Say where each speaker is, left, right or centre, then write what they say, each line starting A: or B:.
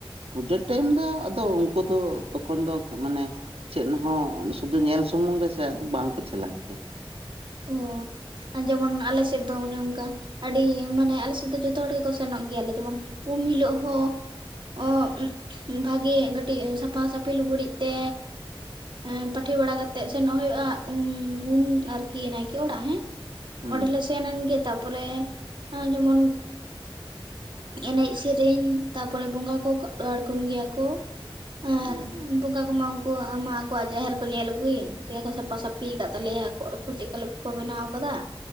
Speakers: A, on the right (about 85°); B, on the right (about 60°).
A: ᱯᱩᱡᱟᱹ ᱴᱟᱭᱤᱢ ᱫᱚ ᱟᱫᱚ ᱩᱱᱠᱩ ᱫᱚ ᱛᱚᱠᱷᱚᱱ ᱫᱚ ᱢᱟᱱᱮ ᱪᱮᱫ ᱦᱚᱸ ᱥᱩᱫᱷᱩ ᱧᱮᱞ ᱥᱩᱢᱩᱝ ᱜᱮ ᱥᱮ ᱫᱚ ᱵᱟᱝ ᱠᱚ ᱪᱟᱞᱟᱜ ᱜᱮᱭᱟ ᱾ <inaudible>
B: ᱚ ᱡᱮᱢᱚᱱ ᱟᱞᱮᱥᱮᱫ ᱫᱚ ᱚᱱᱮ ᱚᱱᱠᱟ ᱟᱰᱤ ᱢᱟᱱᱮ ᱟᱞᱮ ᱥᱮᱫ ᱫᱚ ᱡᱚᱛᱚ ᱦᱚᱲ ᱜᱮᱠᱚ ᱥᱮᱱᱚᱜ ᱜᱮᱭᱟᱞᱮ ᱡᱮᱢᱚᱱ ᱩᱢ ᱦᱤᱞᱳᱜ ᱦᱚᱸ ᱚ ᱵᱷᱟᱜᱮ ᱠᱟᱹᱴᱤᱡ ᱥᱟᱯᱷᱟ ᱥᱟᱯᱷᱤ ᱞᱩᱜᱽᱲᱤᱡ ᱛᱮ ᱮᱸ ᱯᱟᱴᱷᱮ ᱵᱟᱲᱟ ᱠᱟᱛᱮᱜ ᱥᱮᱱᱚᱜ ᱦᱩᱭᱩᱜᱼᱟ ᱩᱢ ᱟᱨ... ᱠᱤᱱ ᱱᱟᱭᱠᱤ ᱚᱲᱟᱜ ᱦᱮ
A: ᱦᱩᱸ
B: ᱚᱸᱰᱮ ᱥᱮ ᱱᱮᱱᱜᱮ ᱛᱟᱨᱯᱚᱨᱮ ᱡᱮᱢᱚᱱ ᱮᱱᱮᱡ ᱥᱮᱨᱮᱧ ᱛᱟᱯᱚᱨᱮ ᱵᱚᱸᱜᱟ ᱠᱚ ᱟᱬᱜᱚᱱ ᱜᱮᱭᱟ ᱠᱚ᱾ ᱟᱨ
A: ᱦᱩᱸ᱾
B: ᱵᱚᱸᱜᱟ ᱠᱩ ᱢᱟᱠᱩ ᱢᱟ ᱠᱚ ᱡᱟᱦᱮᱟᱨ ᱠᱚ ᱧᱮᱞ ᱟᱹᱜᱩᱭ ᱪᱮᱫ ᱞᱮᱠᱟ ᱠᱚ ᱥᱟᱯᱟ ᱥᱟᱯᱤ ᱠᱟᱫ ᱛᱟᱞᱮᱭᱟ᱾ ᱪᱮᱫᱠᱟ ᱠᱚ ᱵᱮᱱᱟᱣ ᱠᱟᱫᱟ